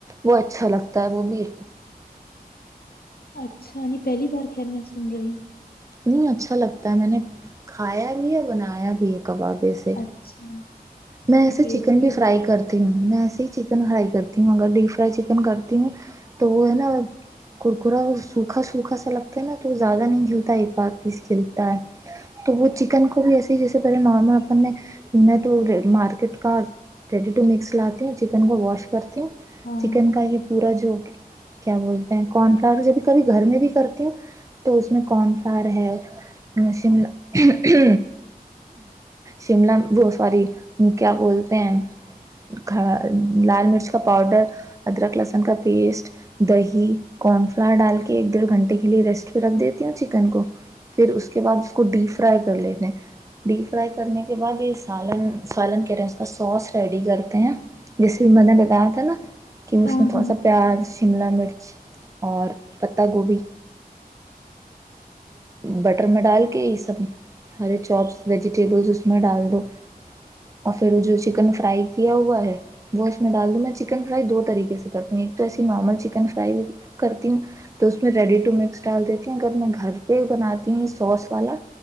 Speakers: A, on the right; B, on the left.
A: وہ اچھا لگتا ہے وہ بھی
B: اچھا پہلی بار خیر میں سن رہی ہوں
A: نہیں اچھا لگتا ہے میں نے کھایا بھی ہے بنایا بھی ہے کباب ایسے
B: اچھا
A: میں
B: ہاں
A: ایے
B: ٹیسٹی
A: چکن بھی فرائی کرتی ہ میں ایسے ہی چکن فرائی کرتی ہوں اگر ڈیپ فرائی چکن کرتی ہوں تو وہ ہے نا کرکا سوکھا سوکھا سا لگتا ہے نا تو زیادہ نہیں کھلتا ہے ایک بار پیس کھلتا ہے تو وہ چکن کو بھی ایسے ہی جیسے پہلے نارمل اپن میں تو مارکیٹ کا ریڈی ٹو مکس لاتی ہ چکن کو واش کرتے ہو
B: ہاں
A: چکن کا یہ پورا جو کیا بولتے ہیں کارن فلاور جب کبھی گھر میں بھی کرتے ہو تو اس میں کون فار ہے مش ہ شملہ وہ ساری وہ کیا بولتے ہیں کھا لال مرچ کا پاؤڈر ادرک لہسن کا پیسٹ دہی کارن فلر ڈال کے ایک ڈیڑھ گھنٹے کے لیے ریسٹ پہ رکھ دیتی ہوں چکن کو پھر اس کے بعد اس کو ڈیپ فرائی کر لیتے ہیں ڈیپ فرائی کرنے کے بعد یہ سالن پالن کرے اس کا سوس ریڈی کرتے ہیں جیسے بھی میں نے بتایا تھا نا کہ اس
B: ہاں
A: نے تھوڑا
B: ہاں
A: سا پیاز شملہ مرچ اور پتہ گوبھی بٹر میں ڈال کے یہ سب سارے چوپس ویجیٹیبلس اس میں ڈال دو اور پھر جو چکن فرائی کیا ہوا ہے وہ اس میں ڈال دو میں چکن فرائی دو طریقے سے کرتی ہوں ایک تو ایسی نارمل چکن فرائی کرتی ہوں تو اس میں ریڈی ٹو مکس ڈال دیتی ہوں اگر میں گھر پہ بناتی ہ سوس والا